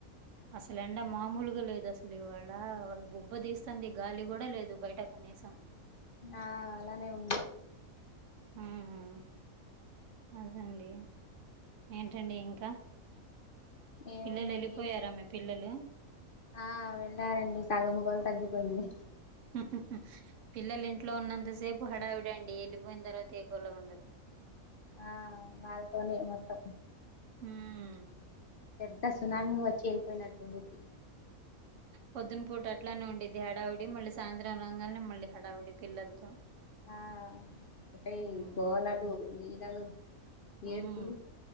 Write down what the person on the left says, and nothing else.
ఆ అలానే ఉంది
ఏముందండి
ఆ వెళ్ళారండి సగం గోల తగ్గిపోయింది
ఆ వాళ్ళతోనే మొత్తం
పెద్ద సునామీ వచ్చి వెళ్ళిపోయినట్టు ఉండిద్ది
ఆ ఒక్కటే
గోళలు లీలాలు
ఏడుపులు